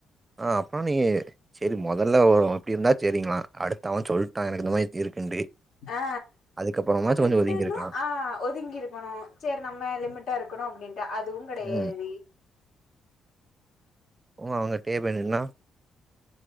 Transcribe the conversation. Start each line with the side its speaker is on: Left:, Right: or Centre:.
Right: ஆ அப்புற நீ செரி மொதல்ல ஒரு எப்டி இருந்தா செரிங்ளா அடுத்த அவன் சொல்ட்டான் எனக்கு இந்த மாதிரி இருக்குன்ட்டு
Left: ஆ
Right: அதுக்கப்புறமாச்சு
Left: திட்டணு
Right: கொஞ்சோ ஒதுங்கி இருக்கலா
Left: ஆ ஒதுங்கி இருக்கணு செரி நம்ம லிமிட்டா இருக்கணு அப்டின்ட்டு அதுவு கெடையாது
Right: ம் ஓ அவங்க டேபுல் நின்னா